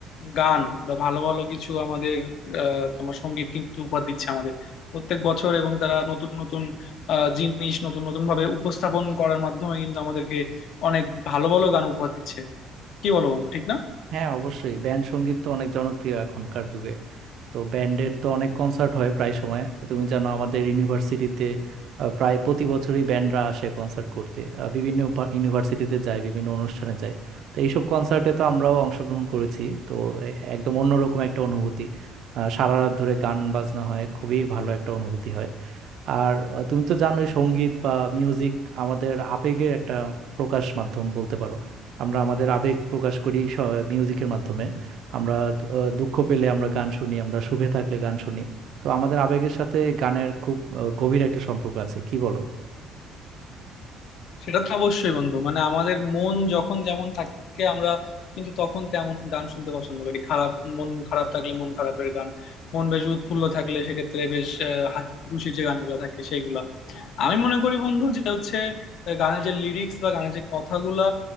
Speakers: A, on the left; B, on the right.
A: গান বা ভালো ভালো কিছু আমাদের আহ, তোমার সঙ্গীত কিন্তু উপহার দিচ্ছে আমাদের প্রত্যেক বছর এবং তারা নতুন নতুন আহ, জিনিস নতুন নতুন ভাবে উপস্থাপন করার মাধ্যমে কিন্তু আমাদেরকে অনেক ভালো ভালো গান উপহার দিচ্ছে কি বলো বন্ধু ঠিক না
B: হ্যাঁ অবশ্যই ব্যান্ড সঙ্গীত তো অনেক জনপ্রিয় এখনকার যুগে তো ব্যান্ডের তো অনেক কনসার্ট হয় প্রায় সময় তুমি জানো আমাদের ইউনিভার্সিটিতে আহ, প্রায় প্রতি বছরই ব্যান্ডরা আসে কনসার্ট করতে আহ, বিভিন্ন ইউনিভার্সিটিতে যায় বিভিন্ন অনুষ্ঠানে যায় তো এইসব কনসার্টে তো আমরাও অংশগ্রহণ করেছি তো এ- একদম অন্যরকম একটা অনুভূতি আহ, সারা রাত ধরে গান বাজনা হয় খুবই ভালো একটা অনুভূতি হয় আর আহ, তুমি তো জানোই সঙ্গীত বা মিউজিক আমাদের আবেগের একটা প্রকাশ মাধ্যম বলতে পারো আমরা আমাদের আবেগ প্রকাশ করি মিউজিকের মাধ্যমে আমরা আহ, দুঃখ পেলে আমরা গান শুনি আমরা সুখে থাকলে গান শুনি তো আমাদের আবেগের সাথে গানের খুব আহ, গভীর একটা সম্পর্ক আছে কি বলো
A: সেটা তো অবশ্যই বন্ধু মানে আমাদের মন যখন যেমন থাকে আমরা কিন্তু তখন তেমন গান শুনতে পছন্দ করি খারাপ মন খারাপ থাকলে মন খারাপের গান মন বেশ উৎফুল্ল থাকলে সেক্ষেত্রে বেশ আহ, হাসি খুশির যে গানগুলা থাকে সেইগুলা আমি মনে করি বন্ধু যে হচ্ছে আহ, গানের যে লিরিক্স বা গানের যে কথাগুলা